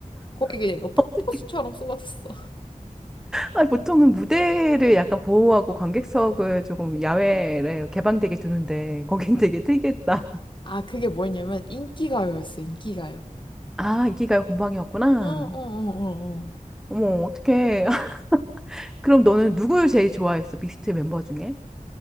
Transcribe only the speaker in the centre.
<laughs>
어떻게?
아, 보통은 무대를 약간 보호하고 관객석을 조금 야외에 개방되게 두는데 거긴 되게 특이했다.
아, 인기가요 공방이었구나.
어머, 어떡해. <laughs> 그럼 너는 누구 제일 좋아했어? 빅스트 멤버 중에?